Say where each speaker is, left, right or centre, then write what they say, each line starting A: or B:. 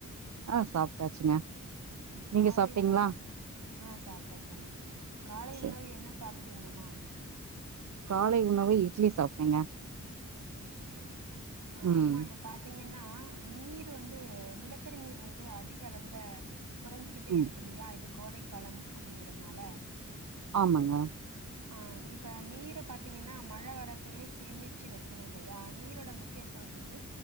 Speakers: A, on the right; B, on the right.
A: ஆஹ் சாப்ட்டாச்சுங்க
B: ம்
A: நீங்க
B: காலை
A: சாப்ட்டீங்களா
B: உணவு ஆ சாப்ட்டாச்சுங்மா காலை
A: சேரி
B: உணவு என்ன சாப்புட்டீங்க மா
A: காலை உணவு இட்லி சாப்ட்டேங்க
B: ஆ சரியாமா அ
A: ம்
B: அம்மா இங்க பாத்தீங்கன்னா நீர் வந்து நிலத்தடி நீர் வந்து அதிக அளவுல கொறஞ்சுகிட்டே
A: ம்
B: இருக்கு இல்லயா இது கோடை காலம் அப்டிங்கறதுனால
A: ஆமாங்க
B: ஆ இப்ப நீர பாத்தீங்கனா மழ வரப்பவே சேமிச்சு வக் கிணு இல்லயா நீரோட முக்கியத்துவத்துக்கு